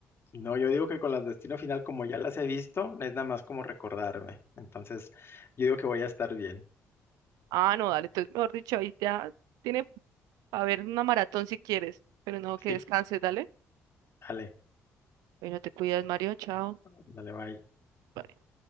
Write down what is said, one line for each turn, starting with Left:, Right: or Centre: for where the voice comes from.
Left: No, yo digo que con las Destino Final, como ya las he visto, es nada más como recordarme. Entonces, yo digo que voy a estar bien.
Right: Ah, no, dale, entonces mejor dicho, ahí ya tiene para ver una maratón si quieres, pero no, que
Left: Sí,
Right: descanses, dale.
Left: dale,
Right: Bueno, te cuidas, Mario, chao.
Left: dale, bye.
Right: Bye.